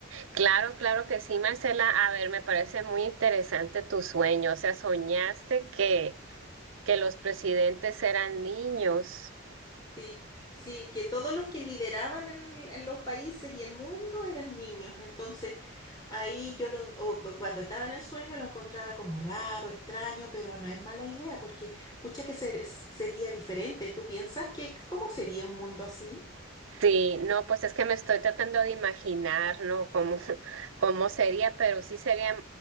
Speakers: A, on the right; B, on the left.
A: Claro, claro que sí, Marcela. A ver, me parece muy interesante tu sueño. O sea, soñaste que, que los presidentes eran niños.
B: Sí, sí, que todos los que lideraban el- en los países y el mundo eran niños. Entonces, ahí yo lo, en- o cuando estaba en el sueño lo encontraba como raro, extraño, pero no es mala idea porque, pucha, que se- sería diferente. ¿Tú piensas que cómo sería un mundo así?
A: Sí, no, pues es que me estoy tratando de imaginar, ¿no? Cómo, <laughs> cómo sería, pero sí sería,